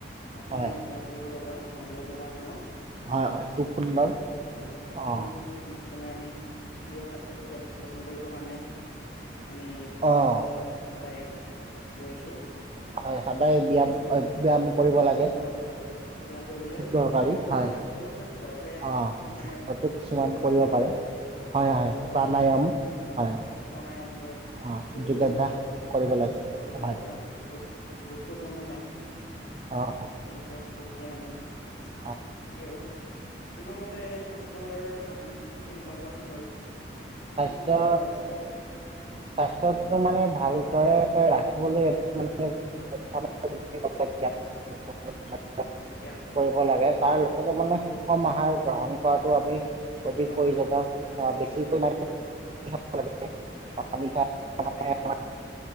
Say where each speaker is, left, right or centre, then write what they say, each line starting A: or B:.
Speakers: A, on the left (about 65°); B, on the right (about 30°).
A: তাতে
B: হয়
A: মই ব্যায়াম কৰিবলে যাওঁ, বন্ধু এজনো আহে মোৰ।
B: হয় হয় খুব সুন্দৰ
A: তাকে আমি
B: অঁ
A: খুব- দুয়োজনে আমি নিজৰ স্বাস্থ্যটো যতন যতন কৰিবৰ কাৰণে আমি-
B: অঁ
A: তেনেকুৱা সদায় গৈ আছো।
B: হয়, সদায় ব্যায়াম
A: স্বাস্থ্যৰ
B: অ
A: লগত
B: ব্যায়াম কৰিব লাগে।
A: ব্যায়াম কৰাটো ব্যায়াম কৰিবলৈ
B: খুব দৰকাৰী
A: অকল জিমতে
B: হয়,
A: নহয় সকলোকে ঘৰতে
B: অঁহ
A: তোমাৰ
B: ঘৰটো কিছুমান
A: য়োগাও
B: কৰিব
A: হওক
B: পাৰে। হয়, হয়,
A: যোগা
B: প্ৰাণায়ম
A: কৰে
B: হয়'।
A: প্ৰাণায়াম কৰে যিহেতু
B: অঁ যোগাভ্যাস কৰিব লাগে
A: যোগা
B: হয়
A: এটা বহুত- গুৰুত্বপূৰ্ণ হয়।
B: অঁ'
A: সেই তেনেকুৱা সকলোকে আমি এই
B: অঁ।
A: আৰু। তোমাৰ মতে স্বাস্থ্যৰ প্ৰধান এনেকুৱা কোৱাচোন বাৰু মানে
B: স্বাস্থ্য
A: কি কি কৰা উচিত? আমি
B: স্বাস্থ্যটো মানে ভালদৰে ৰাখিবলৈ মানে সৎ- <unintelligible>
A: ব্যায়াম কৰিলো
B: কৰিব লাগে
A: হয়
B: তাৰ
A: হয়
B: লগতে মানে- সুষম আহাৰ গ্ৰহণ কৰাটো আমি অধিক
A: কমা
B: প্ৰয়োজনীয়, অঁ বেছিকৈ মানে- <unintelligible>
A: তাকে